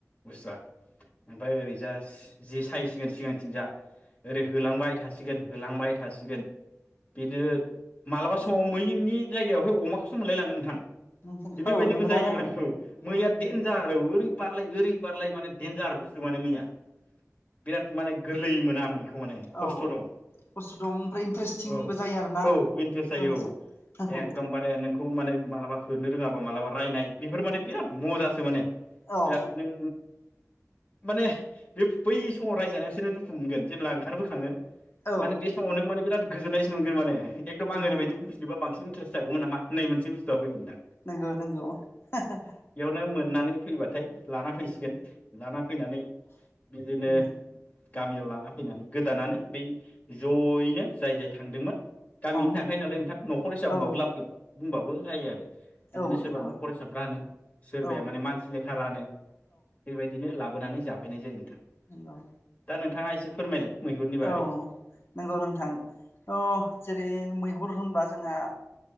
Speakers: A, on the left (about 30°); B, on the left (about 50°).
A: बुस्थुआ ओमफ्राय ओरैजा जे सायसिगोन सिगांथिं जा ओरै होलांबाय थासिगोन होलांबाय थासिगोन बिनो मालाबा समाव मैनि जायगायावहाय अमाखौसो मोनलायलाङो नोंथां
B: नंगौना
A: बेबायदिबो जायो माने औ मैया देनजार आरो ओरै बारलाय ओरै बारलाय माने देनजार बुस्थु माने मैया बिराद माने गोरलै मोना मैखौ माने खस्थ'
B: औ
A: दं
B: खस्थ' दं ओमफ्राय इन्टारेस्टिंबो
A: औ
B: जायो आरोना
A: औ इन्ट्रेस्ट जायो
B: होनाय समाव
A: औ एकदमबारे नों खौ माने मालाबा होनो रोङाबा मालाबा रायनाय बेफोर माने बिराद मजासो माने
B: औ
A: बिराद नों माने बे बै समाव रायजानायाव बिसोरो दुखु मोनगोन जेब्ला ओंखारबोखाङो
B: औ
A: माने बे समाव नों माने बिराद गोजोननायसो मोनगोन माने एकदम
B: नंगौ
A: आं रैबायदि बुंफिनोबा बांसिन इन्टेस्ट जागौमोन नामा मोनसे बुस्थुआ फैयो नोंथां
B: नगौ नंगौ हा हा
A: नों मोननानै फैबाय नाथाय लाना फैसिगोन लाना फैनानै बिदिनो
B: उम
A: गामियाव लाना फैनानै गोदानानै बै जयैनो जाय जाय थांदोंमोन गामिनि
B: औ
A: थांखायो नालाय नोंथां न'खर हिसाब
B: औ
A: होनबाबो लाब बुंबाबो जायो आरो बिदिनो
B: औ
A: सोरबा
B: नंगौ औ
A: न'खर हिसाब रानो सोरबाया
B: औ
A: मानसि लेखा रानो बेबायदिनो लाबोनानै जाफैनाय जायो नोंथां।
B: नोंगौ
A: दा नोंथाङा एसे फोरमायलाय मैहुरनि बागै
B: औ नंगौ नोंथां अ जेरै मैगं गुर होनबा जोंहा